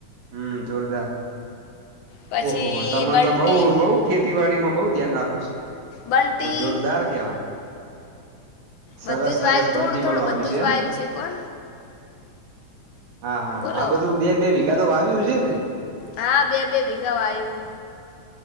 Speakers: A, on the right (about 75°); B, on the left (about 80°).
A: હમ જોરદાર.
B: પછી
A: ઓ હો તો
B: બંટી
A: બઉ બઉ ખેતીવાડીમાં બહ ધ્યાન રાખો છુ,
B: બંટી
A: જોરદાર કેવાય. સરસ
B: બધું જ
A: સરસ
B: <unintelligible>
A: બંટી
B: થોડું
A: પણ
B: થોડું
A: વાવી
B: બધું
A: છે
B: જ
A: એમ
B: <unintelligible> છે.
A: હા હા
B: બોલો
A: આ બધું બે બે વીઘા તો વાવ્યું છે ને?
B: હા બે બે વીઘા આવય્યું.